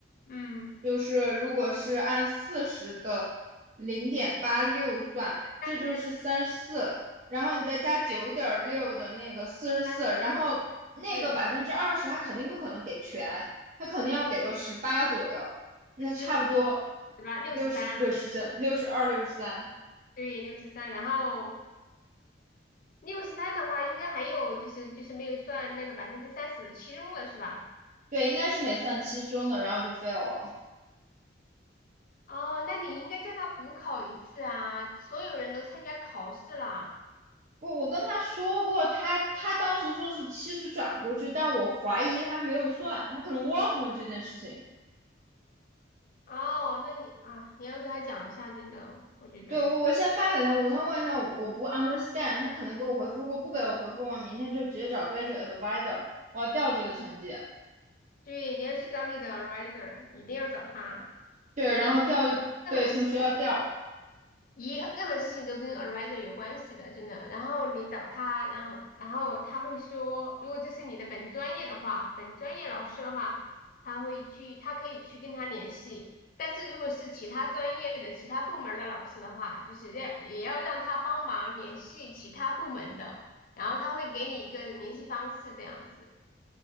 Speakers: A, on the left; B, on the right.
A: 嗯，
B: 就是如果是按四十的零点八六算，
A: 三十，
B: 这就是三十四，然后你再加九点六的那个四十四，
A: 三十，对。三
B: 然后那个百分之二十，
A: 十四
B: 他肯定不可能给全，他肯定要给个十八左右，那差不多
A: 四十五，对吧？六十三，
B: 六十六十三、六十二、六十三，
A: 对，六十三。然后六十三的话，应该还有就是就是没有算那个百分之三十的期中了，是吧？
B: 对，应该是没算七十中的，然后就 fail 了。
A: 哦，那你应该叫他补考一次啊！所有人都参加考试啦。
B: 不，我跟他说过，他他当时说是七十转过去，但我怀疑他没有算，他可能忘了这件事情。
A: 哦，那你啊，你要跟他讲一下，真的，我觉得，
B: 对，我我先发给他，我先问一下，我不 understand，他可能给我回复，如果不给我回复我明天就直接找 graduate advisor，我要调这个成绩，
A: 对，你要去找你的 advisor，一定要找他，
B: 对，
A: 一定，
B: 然后调，
A: 任何事
B: 对，从学校调，
A: 一任何事情都跟 advisor 有关系的，真的。然后你找他，然后然后他会说，如果这是你的本专业的话，本专业老师的话，他会去，他可以去跟他联系。但是如果是其他专业的、其他部门的老师的话，就是要也要让他帮忙联系其他部门的，然后他会给你一个联系方式这样子。